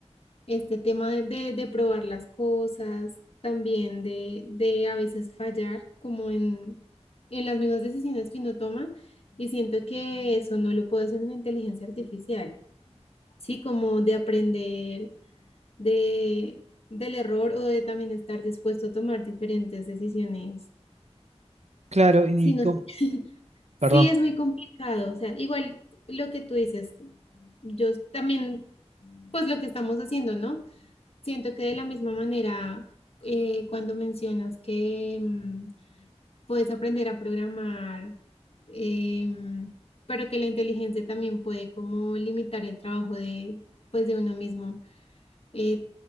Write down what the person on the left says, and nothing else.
este tema de, de probar las cosas, también de, de a veces fallar como en, en las mismas decisiones que uno toma y siento que eso no lo puede hacer una inteligencia artificial, ¿sí? Como de aprender de, del error o de también estar dispuesto a tomar diferentes decisiones.
Sí, no
sé.
Sí, es muy complicado, o sea, igual lo que tú dices, yo también, pues lo que estamos haciendo, ¿no? Siento que de la misma manera, eh, cuando mencionas que mm, puedes aprender a programar, em, pero que la inteligencia también puede como limitar el trabajo de, pues, de uno mismo. Eh,